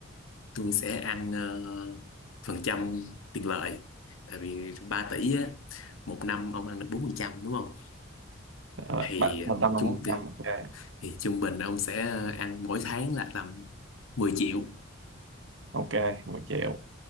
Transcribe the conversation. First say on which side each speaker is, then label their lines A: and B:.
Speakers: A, on the left (about 85°); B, on the right (about 65°).
A: tôi sẽ ăn ờ, phần trăm tiền lợi tại vì 3 tỷ á một năm ông ăn được 4 phần trăm đúng không
B: Ờ,
A: thì
B: bạn một trăm năm
A: trung
B: bốn
A: thì,
B: trăm ok
A: thì trung bình ông sẽ ăn mỗi tháng là tầm mười triệu
B: ok một triệu